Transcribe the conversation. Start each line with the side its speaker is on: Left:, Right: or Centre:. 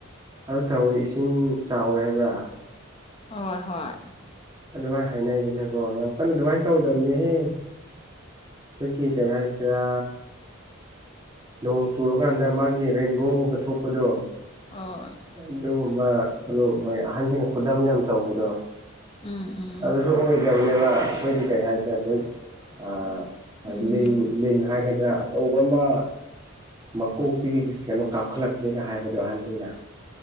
Right: ꯑꯗꯨ ꯇꯧꯔꯗꯤ ꯏꯁꯤꯡ ꯆꯥꯎꯋꯦ ꯍꯥꯏꯕ꯭ꯔꯥ
Left: ꯍꯣꯏ ꯍꯣꯏ
Right: ꯑꯗꯨꯃꯥꯏ ꯍꯥꯏꯅꯩꯗꯅꯀꯣ ꯌꯥꯝ ꯀꯟꯅ ꯑꯗꯨꯃꯥꯏ ꯇꯧꯗꯝꯅꯤꯍꯦ ꯑꯩꯈꫭꯏꯒꯤ ꯀꯩ ꯍꯥꯏꯁꯤꯔ ꯅꯣꯡ ꯆꯨꯔꯀꯥꯟꯗ ꯃꯥꯒꯤ ꯔꯦꯟꯕꯣꯒꯨꯝꯕ ꯊꯣꯛꯄꯗꯣ
Left: ꯑꯣ
Right: ꯑꯗꯨꯒꯨꯝꯕ ꯀꯩꯅꯣ ꯍꯣꯏ ꯑꯍꯟꯖꯤꯡꯅ ꯈꯨꯗꯝ ꯌꯥꯝ ꯇꯧꯕꯗꯣ
Left: ꯎꯝ ꯎꯝ
Right: ꯑꯗꯨꯁꯨ ꯑꯣꯏꯗꯕꯅꯦꯕ ꯑꯩꯈꯣꯏꯒꯤ ꯀꯔꯤ ꯍꯥꯏꯁꯦ ꯑꯩꯈꯣꯏ ꯑꯥ
Left: ꯎꯝ
Right: ꯂꯤꯟ ꯂꯤꯟ ꯍꯥꯏꯒꯗ꯭ꯔꯥ ꯑꯆꯧꯕꯃ ꯃꯀꯣꯛꯇꯒꯤ ꯀꯩꯅꯣ ꯀꯥꯞꯈꯠꯂꯛꯄꯅꯤꯒ ꯍꯥꯏꯕꯗꯣ ꯑꯍꯟꯁꯤꯡꯅ